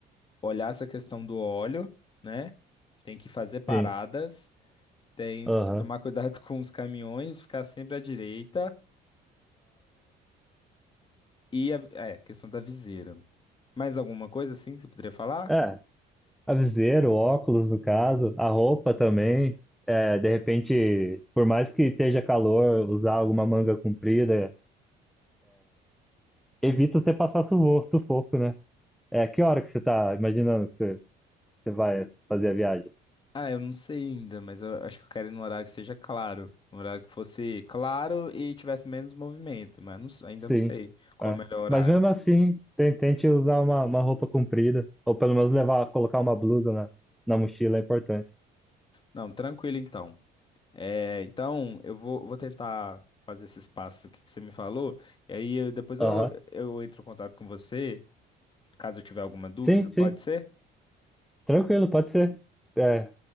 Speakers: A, on the left; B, in the centre.
A: olhar essa questão do óleo, né? Tenho que fazer paradas,
B: sim.
A: tenho
B: Aham.
A: que tomar cuidado <laughs> com os caminhões, ficar sempre à direita. E a, é, questão da viseira. Mais alguma coisa assim que você poderia falar?
B: É, Aviseiro, óculos, no caso, a roupa também. É, de repente, por mais que esteja calor, usar alguma manga comprida, evita você passar sufoco, sufoco, né? É, que hora que você tá imaginando que você, você vai fazer a viagem?
A: Ah, eu não sei ainda, mas eu acho que eu quero ir num horário que seja claro. Um horário que fosse claro e tivesse menos movimento, mas não s- ainda
B: Sim.
A: não sei qual
B: é.
A: é o melhor horário.
B: Mas mesmo assim, ten- tente usar uma, uma roupa comprida, ou pelo menos levar, colocar uma blusa na, na mochila, é importante.
A: Não, tranquilo então. É, então, eu vou, vou tentar fazer esses passos que você me falou, e aí eu- depois eu,
B: Aham.
A: eu entro em contato com você, caso eu tiver alguma dúvida,
B: Sim, sim.
A: pode ser?
B: Tranquilo, pode ser. É,